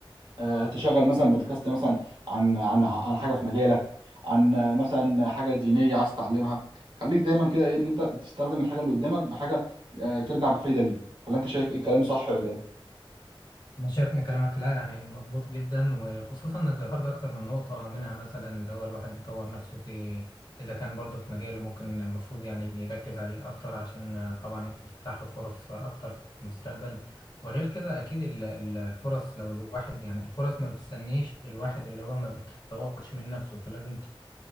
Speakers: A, on the right; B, on the left.
A: آه، تشغل مثلا بودكاست مثلا عن عن عن حاجة في مجالك عن آه، مثلا حاجة دينية عايز تتعلمها خليك دايما كده إيه إن أنت تستخدم الحاجة اللي قدامك بحاجة آه، ترجع بفايدة ليك ولا أنت شايف إيه كلامي صح ولا إيه؟
B: أنا شايف إن كلامك لا يعني مظبوط جدا وخصوصا إنك ذكرت أكتر من نقطة منها مثلا اللي هو الواحد يطور نفسه في إذا كان برضه في مجاله ممكن المفروض يعني يركز عليه أكتر عشان آه، طبعا تتفتح له فرص أكتر في المستقبل وغير كده أكيد ال- الفرص لو الواحد يعني الفرص ما بتستنيش الواحد اللي هو ما بيتطورش من نفسه فلازم